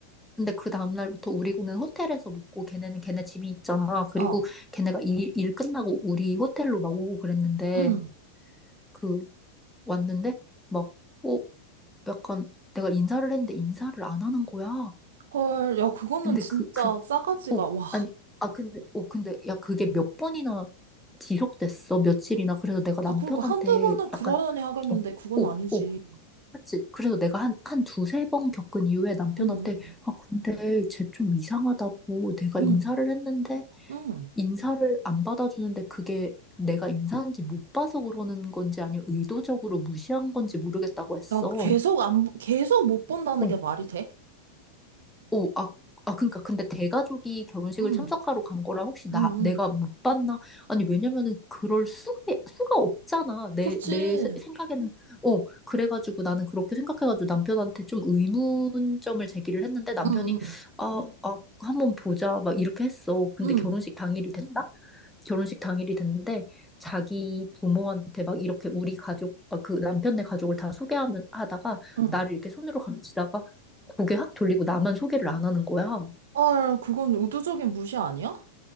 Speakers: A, in the centre; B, on the right (about 60°).
A: 근데 그 다음날부터 우리는 호텔에서 묵고 걔네는 걔네 집이 있잖아. 그리고
B: 응. 어,
A: 걔네가 일, 일 끝나고 우리 호텔로 막 오고 그랬는데,
B: 응.
A: 그, 왔는데, 막, 어? 약간 내가 인사를 했는데 인사를 안 하는 거야.
B: 헐, 야, 그거는
A: 근데
B: 진짜
A: 그, 그,
B: 싸가지가,
A: 어,
B: 와.
A: 아니, 아, 근데, 어, 근데, 야, 그게 몇 번이나 지속됐어, 며칠이나. 그래서 내가 남편한테
B: 아, 그러니까 한두 번은 그러려니
A: 약간,
B: 하겠는데,
A: 어,
B: 그건
A: 어,
B: 아니지.
A: 어, 그치. 그래서 내가 한, 한 두세 번 겪은 이후에 남편한테,
B: 응, 응,
A: 아, 근데 쟤 좀 이상하다고 내가
B: 응,
A: 인사를 했는데,
B: 응.
A: 인사를 안 받아주는데 그게 내가 인사한지 못 봐서 그러는 건지 아니면 의도적으로 무시한 건지 모르겠다고
B: 야,
A: 했어.
B: 나 계속 안, 보- 계속 못 본다는
A: 어,
B: 게 말이 돼?
A: 오, 아, 아, 그러니까 근데 대가족이 결혼식을
B: 응,
A: 참석하러 간 거라 혹시 나
B: 응,
A: 내가
B: 응.
A: 못 봤나? 아니 왜냐면은 그럴 수가 수가 없잖아. 내
B: 그렇지.
A: 내 생각에는 어 그래가지고 나는 그렇게 생각해가지고 남편한테 좀 의문점을 제기를 했는데 남편이
B: 응, 응,
A: 아, 아 한번 보자 막 이렇게 했어. 근데
B: 응,
A: 결혼식 당일이 됐다? 결혼식 당일이 됐는데 자기 부모한테 막 이렇게 우리 가족 아, 그 남편네 가족을 다 소개하면 하다가
B: 응.
A: 나를 이렇게 손으로 감지다가 고개 확 돌리고 나만 소개를 안 하는 거야.
B: 아, 그건 의도적인 무시 아니야?